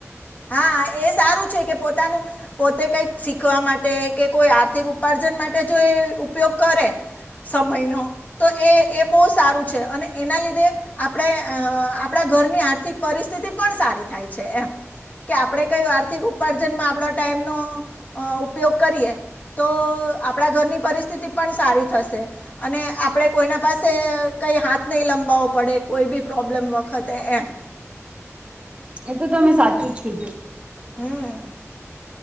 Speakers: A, on the left; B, on the right.
A: હા, એ સારું છે કે પોતાનું પોતે કઈક શીખવા માટે કે કોઈ આર્થિક ઉપાર્જન માટે જો એ ઉપયોગ કરે સમયનો તો એ એ બહુ સારું છે અને એના લીધે આપણે અ આપણા ઘરની આર્થિક પરિસ્થિતિ પણ સારી થાય છે એમ. કે આપણે કંઈ આર્થિક ઉપાર્જનમાં આપણા ટાઈમનો અ ઉપયોગ કરીએ તો આપણા ઘરની પરિસ્થિતિ પણ સારી થશે અને આપણે કોઈના પાસે કંઈ હાથ નહીં લંબાવવો પડે કોઈ બી પ્રોબ્લેમ વખતે એમ.
B: એ તો તમે સાચું જ કીધું.
A: હમ્મ.